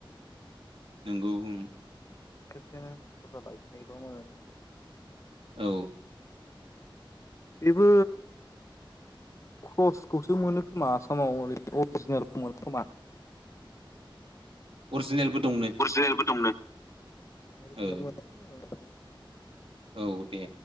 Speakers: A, on the right (about 80°); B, on the left (about 35°).
A: नोंगौ उम
B: खेबसेनो बुरजा लायनो हायोबा मोजां आरो
A: औ
B: बेबो क्रसखौसो मोनो खोमा आसामाव ओरै अरिजिनेलखौ मोना खोमा
A: अरजिनेलबो दंनो
B: अरजिनेलबो दंनो अरिजिनेलबो
A: औ औ दे